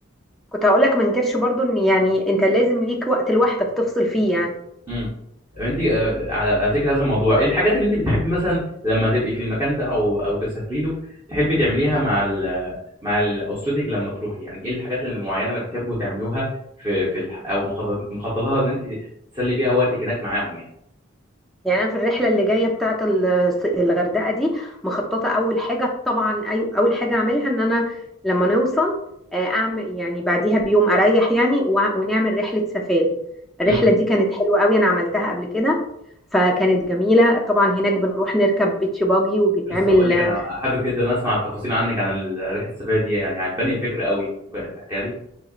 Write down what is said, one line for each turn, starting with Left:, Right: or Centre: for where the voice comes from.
Centre: كنت هقولك ما انكرش برضو ان يعني انت لازم ليك وقت لوحدك تفصل فيه يعني
Right: امم طب انت آه، على ذكر هذا الموضوع ايه الحاجات اللي انت بتحبي مثلا لما تبقي في المكان ده او او تسافري له تحبي تعمليها مع ال مع ال- اسرتك لما تروحي يعني ايه الحاجات المعينه اللي بتحبوا تعملوها في في الح- او مخطط- مخططها ان انت تسلي بيها وقتك هناك معاهم
Centre: يعني انا في الرحله اللي جايه بتاعه ال- الغردقه دي مخططه اول حاجه طبعا أي- اول حاجه اعملها ان انا لما نوصل آه، اعمل يعني بعديها بيوم اريح يعني وع- ونعمل رحله سفاري الرحله
Right: يعني
Centre: دي كانت حلوه قوي انا عملتها قبل كده فكانت جميله طبعا هناك بنروح نركب بيتش باجي وبيتعمل
Right: لسه هقول لك انا حابب جدا اسمع التفاصيل عنك عن ال- رحله السفريه دي يعني عجباني الفكره قوي ممكن تحكيها لي